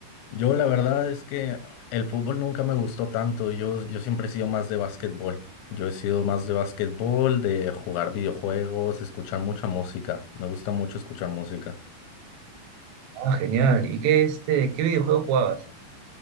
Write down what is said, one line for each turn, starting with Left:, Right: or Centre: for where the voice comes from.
Left: Yo la verdad es que el fútbol nunca me gustó tanto. Yo, yo siempre he sido más de básquetbol. Yo he sido más de básquetbol, de jugar videojuegos, escuchar mucha música. Me gusta mucho escuchar música.
Right: Ah, genial. ¿Y qué, este, qué videojuego jugabas?